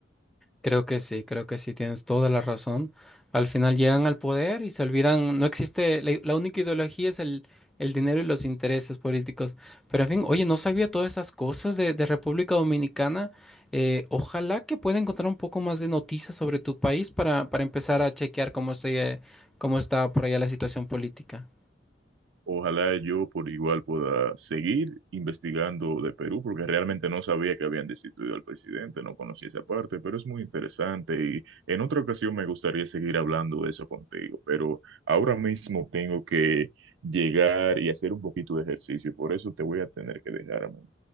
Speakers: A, in the centre; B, on the right.
A: Creo que sí, creo que sí, tienes toda la razón. Al final llegan al poder y se olvidan, no existe, la, la única ideología es el, el dinero y los intereses políticos. Pero en fin, oye, no sabía todas esas cosas de, de República Dominicana. Eh, ojalá que pueda encontrar un poco más de noticias sobre tu país para, para empezar a chequear cómo se, cómo está por allá la situación política.
B: Ojalá yo por igual pueda seguir investigando de Perú, porque realmente no sabía que habían destituido al presidente, no conocía esa parte, pero es muy interesante y en otra ocasión me gustaría seguir hablando de eso contigo, pero ahora mismo tengo que llegar y hacer un poquito de ejercicio y por eso te voy a tener que dejar, amigo.